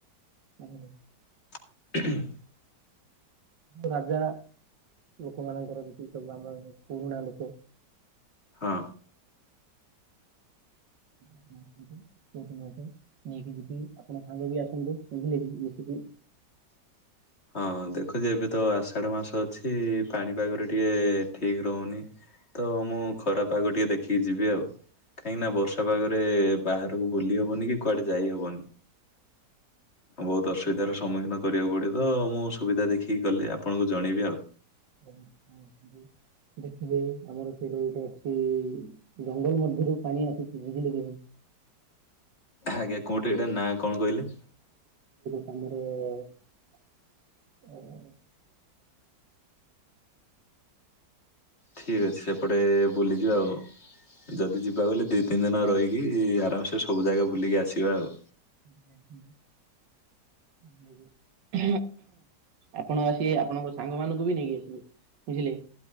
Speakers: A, on the right (about 85°); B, on the left (about 40°).
A: <unintelligible>
B: <inaudible>
A: ରାଜା। ଲୋକମାନଙ୍କର ବିକ୍ରି କରିଲା। ଆମର ପୁରୁଣା ଲୋକ।
B: ହଁ।
A: ଆପଣ ଆସନ୍ତୁ କିଛିଦିନ ପାଇଁ ନେଇକି ଯିବି। ଆପଣ ସାଙ୍ଗ ବି ଆସନ୍ତୁ ବୁଝିଲେ କି? ଇଏସେ ହୁଁ।
B: <inaudible> ହଁ, ଦେଖୁଛି ଏବେ ତ ଆଷାଢ ମାସ ଅଛି। ପାଣିପାଗରେ ଟିକେ ଠିକ୍ ରହୁନି। ତ ମୁଁ ଖରାପାଗ ଟିକେ ଦେଖିକି ଯିବି ଆଉ। କାହିଁକି ନା ବର୍ଷା ପାଗରେ ଏବେ ବାହରକୁ ବୁଲି ହବନି, କି କୁଆଡେ ଯାଇହବନି? ବହୁତ ଅସୁବିଧାର ସମ୍ମୁଖୀନ କରିବାକୁ ପଡିବ। ତ, ମୁଁ ସୁବିଧା ଦେଖିକି ଗଲେ। ଆପଣଙ୍କୁ ଜଣେଇବି ଆଉ।
A: ହଁ ହଁ <unintelligible> ଦେଖିବେ, ଆମର ସେଇଟା ଗୋଟେ ଅଛି-ଇ। ଜଙ୍ଗଲ ମଧ୍ୟରୁ ପାଣି ଆସୁଛି। ବୁଝିଲେ କି
B: ଆଜ୍ଞା, କୋଉଁଠି ଏଇଟା ନାଁ କଣ କହିଲେ?
A: ଆମର-ଅ-ଅ
B: ଠିକ୍ ଅଛି। ସେପଟେ ବୁଲିଯିବା ଆଉଁ। ଯଦି ଯିବା ବଲେ, ଦି ତିନି ଦିନ ରହିକି। ଆରାମସେ ସବୁ ଜାଗା ବୁଲିକି ଆସିବା ଆଉ।
A: <inaudible> ଆପଣ ଆସି, ଆପଣଙ୍କ ସାଙ୍ଗ ମାନଙ୍କୁ ବି ନେଇକି ଆସିବେ। ବୁଝିଲେ?